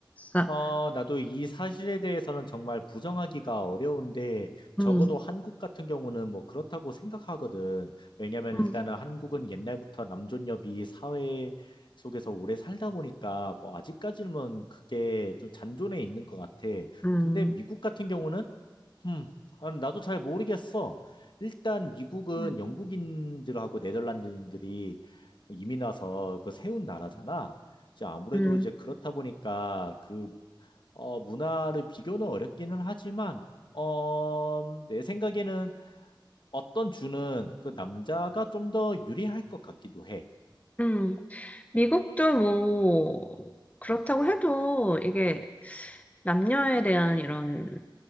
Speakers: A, on the left (about 20°); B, on the left (about 70°).
A: 그러니까,
B: 어, 나도 이 사실에 대해서는 정말 부정하기가 어려운데, 적어도
A: 음,
B: 한국 같은 경우는 뭐 그렇다고 생각하거든. 왜냐면
A: 음,
B: 일단은 한국은 옛날부터 남존여비 사회 속에서 오래 살다 보니까, 뭐 아직까지는 그게 좀 잔존해 있는 것 같아.
A: 음,
B: 근데 미국 같은 경우는, 음, 아, 나도 잘 모르겠어. 일단 미국은
A: 음,
B: 영국인들하고 네덜란드인들이 이민 와서 그 세운 나라잖아. 이제 아무래도
A: 음,
B: 이제 그렇다 보니까 그 어, 문화를 비교는 어렵기는 하지만, 어, 내 생각에는 어떤 주는 그 남자가 좀 더 유리할 것 같기도 해.
A: 음. 미국도 뭐, 그렇다고 해도 이게 남녀에 대한 이런